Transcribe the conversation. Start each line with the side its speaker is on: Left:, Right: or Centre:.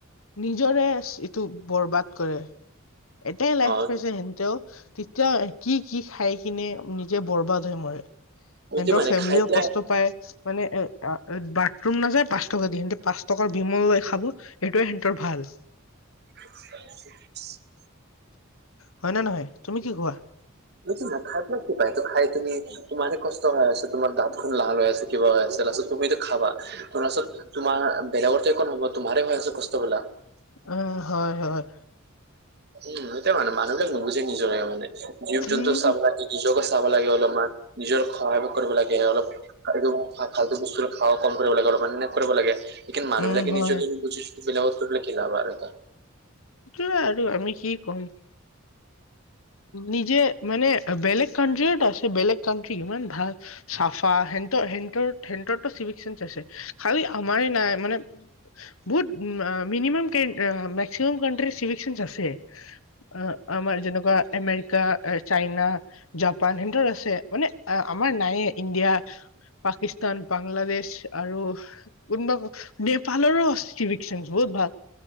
Left: নিজৰে এইটো বৰবাদ কৰে এটাই লাইফ
Right: অ
Left: পাইছে সিহঁতেও। তেতিয়াও কি কি খাই কিনে নিজে বৰবাদ হয় মৰে। সিহঁতৰ
Right: সেইটো মানে
Left: ফেমিলিও
Right: খাই পেলাই
Left: কষ্ট পায়। মানে এ বাথৰুম নাযায় পাঁচ টকা দি সিহতে পাঁচ টকাৰ বিমল খায়। খাব সেইটোয়ে সিহঁতৰ ভাল।
Right: <inaudible>
Left: হয় নে নহয় তুমি কি কোৱা?
Right: হেটো নাই খাই কি পায় তটো খাই তুমি তোমাৰে কষ্ট হৈ আছ তোমাৰ দাঁতখন লাল ল হৈ আছে কিবা হয় আছে তুমিতো খাবা। শুনাচোন তোমাৰ বেলেগৰতে একো নহব তোমাৰ হৈ আছে কষ্ট বিলাক।
Left: উম হয় হয়।
Right: উম এটাই মানে মানুহবিলাক নুবুজে নিজৰে মানে জীৱ-জন্তু
Left: উম
Right: চাব লাগে। নিজকে চাব লাগে অলপমান নিজৰ সহায় কৰিব লাগে সেইটো ফালটো বস্তু খাবা কম কৰিব লাগে অলপ নেগলেট কৰিব লাগে লেকিন মানুহ
Left: উম,
Right: বিলাকে
Left: হয়,
Right: নিজক বুজিছো বেলেগক কয় কি লাভ আৰু।
Left: সেইয়া আৰু আমি কি ক'ম। নিজে মানে বেলেগ কান্ট্ৰি ও ত আছে বেলেগ কান্ট্ৰি ত ইমান ভাল চাফা হেতৰ হেতৰ হেতটো চিভিক চেন্স আছে খালি আমাৰ নাই মানে। বহুত মিনিমাম মেক্সিমাম চিবিল চেন্স আছে। অ আমাৰ যেনেকুৱা আমেৰিকা ছাইনা জাপান সিতঁৰ আছে মানে আমাৰ নাই ইণ্ডিয়া পাকিস্তান বাংলাদেশ আৰু কোনোবা নেপালৰো আছে। চিবিল চেন্স বহুত ভাল।